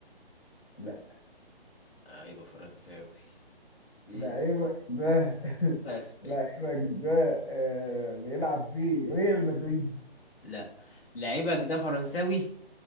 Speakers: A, on the left (about 90°); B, on the left (about 65°).
A: لا
B: آه يبقى فرنساوي مم.
A: لعيبك ده <laughs>
B: يبقى اسباني
A: لعيبك ده آه بيلعب في ريال مدريد
B: لا لعيبة جده فرنساوي